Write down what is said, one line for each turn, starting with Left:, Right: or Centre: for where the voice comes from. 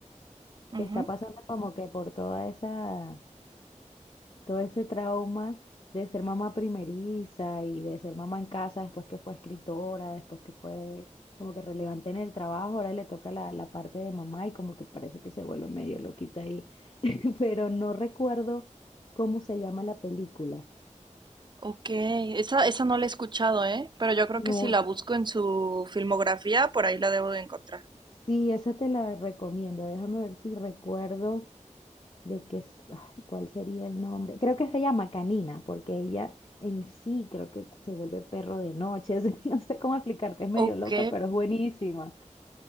Right: Ujú.
Left: que está pasando como que por toda esa todo ese trauma de ser mamá primeriza y de ser mamá en casa después que fue escritora, después que fue como que relevante en el trabajo, ahora le toca la, la parte de mamá y como que parece que se vuelve medio loquita ahí, <laughs> pero no recuerdo cómo se llama la película.
Right: Ok, esa, esa no la he escuchado, ¿eh? Pero yo creo
Left: No,
Right: que si la busco en su filmografía, por ahí la debo de encontrar.
Left: sí, esa te la recomiendo, déjame ver si recuerdo. de que, es- ay, ¿cuál sería el nombre? Creo que se llama Canina, porque ella en sí creo que se vuelve perro de noche. <laughs> No sé cómo explicarte, es medio
Right: Ok,
Left: loca, pero es buenísima,